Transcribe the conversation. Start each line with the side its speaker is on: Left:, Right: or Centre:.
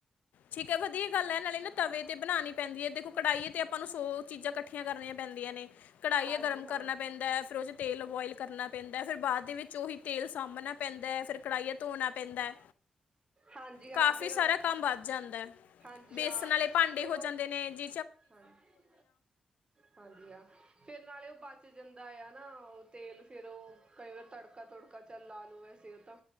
Left: ਠੀਕ ਹੈ ਵਧੀਆ ਗੱਲ ਹੈ ਨਾਲੇ ਨਾ ਤਵੇ ਤੇ ਬਨਾਨੀ ਪੈਂਦੀ ਹੈ, ਦੇਖੋ ਨ ਕੜਾਈ ਤੇ, ਆਪਾਂ ਨੂੰ ਸੌ ਚੀਜ਼ਾਂ ਇਕੱਠੀਆਂ, ਕਰਨੀਆਂ ਪੈਂਦੀਆਂ ਨੇ ਕੜਾਈ
Right: ਹਾਂਜੀ
Left: ਏ ਗਰਮ
Right: ਹਾਂ
Left: ਕਰਨਾ ਪੈਂਦਾ ਹੈ ਫਿਰ ਉਦੇ'ਚ ਤੇਲ ਬੋਇਲ ਕਰਨਾ ਪੈਂਦਾ, ਫਿਰ ਬਾਅਦ ਦੇ ਵਿੱਚ ੳਹੀ ਤੇਲ, ਸਾਂਭਣਾ ਪੈਂਦਾ ਹੈ। ਫਿਰ ਕੜਾਹੀਆਂ ਧੋਣਾ ਪੈਂਦਾ
Right: ਹਾਂਜੀ
Left: ਕਾਫੀ
Right: ਹਾਂ ਫਿਰ
Left: ਸਾਰਾ ਕੰਮ ਵੱਧ ਜਾਂਦਾ
Right: ਹਾਂਜੀ
Left: ਬੇਸਣ
Right: ਹਾਂ
Left: ਆਲੇ ਭਾਂਡੇ
Right: ਫਿਰ
Left: ਹੋ
Right: ਉਹ
Left: ਜਾਂਦੇ ਨੇ ਜ।
Right: ਹਾਂਜੀ ਹਾਂਜੀ ਹਾਂ, ਫਿਰ ਨਾਲੇ ਉਹ ਬਾ ਬਚ ਜਾਂਦਾ, ਆ ਨਾ ਉਹ ਤੇਲ ਫਿਰ ਉਹ ਕਈ ਵਾਰ, ਤੜਕਾ ਤੁੜਕਾ ਚੱਲ ਲਾ ਲਉ ਵੈਸੇ ਉਹ ਤਾਂ